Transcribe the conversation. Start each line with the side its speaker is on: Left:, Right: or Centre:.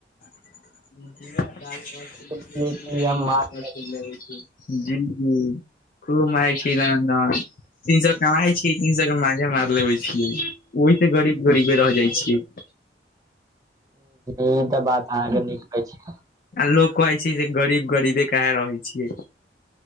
Left: <inaudible> जालमान
Right: पियै छी हम माछ।
Left: करे जी जी खूब मारै छीये दना दन तीन सए कमाइ छी तीन सए के माँजे मार लेबे छियै ओहिसँ गरीब गरीबे रह जाइ छियै
Right: ई त बात अहाँके नीक कहै छी
Left: लोग कहै छै जे गरीब गरीबे कहाहे रहै छियै